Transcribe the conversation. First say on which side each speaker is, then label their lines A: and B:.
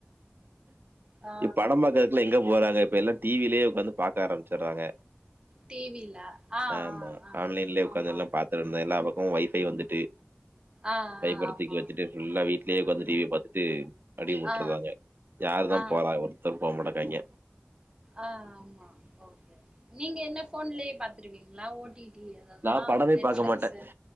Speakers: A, on the right; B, on the right.
A: ஆ
B: இ பட பாத்த எடத்தலைங் எங்க போறாங்க இப்ப எல்லா டிவிலேயே உக்காந்து பாக்க ஆரம்பிச்சுறாங்க
A: டி வி ல ஆ
B: ஆமா
A: ஆ
B: ஆன்லைன்லயே
A: ஆ
B: உட்காந்து
A: ஆமா
B: எல்லா பாத்துட்டு இருந்தா எல்லா ருக்கு ஒய்ஃபை வந்துட்டு
A: ஆ ஆ
B: கைப்படுத்துகுள்ள
A: ஆமா
B: வச்சுட்டு ஃபுல்லா வீட்லயே உக்காந்து டிவிய பாத்து அடி வுட்டுறதாங்க
A: ஆ
B: யாரு தா
A: ஆ ஆ
B: போறா ஒருத்தரு போ மாட்டக்காய்ங்க
A: ஆ ஆமா ஓகே நீங்க என்ன ஃபோன்லயே பாத்துருவீங்களா ஓ டி டி அதெல்லா
B: நான் படமே
A: நெட்ஃப்ளக்ஸ்சு
B: பாக்க மாட்டேன்.